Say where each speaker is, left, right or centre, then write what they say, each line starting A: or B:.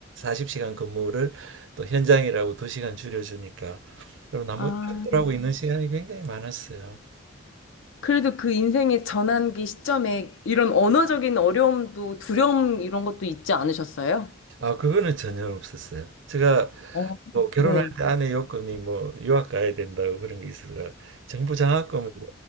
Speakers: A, on the right; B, on the left.
A: 0시간 근무를 또 현장이라고 2시간 줄여주니까 그럼 나머지
B: 아,
A: 하고 있는 시간이 굉장히 많았어요.
B: 그래도 그 인생의 전환기 시점에 이런 언어적인 어려움도 두려움 이런 것도 있지 않으셨어요?
A: 아, 그거는 전혀 없었어요. 제가
B: 어,
A: 뭐 결혼할
B: 네.
A: 때 아내 요건이 뭐 유학 가야 된다고 그런 게 있어서 정부 장학금으로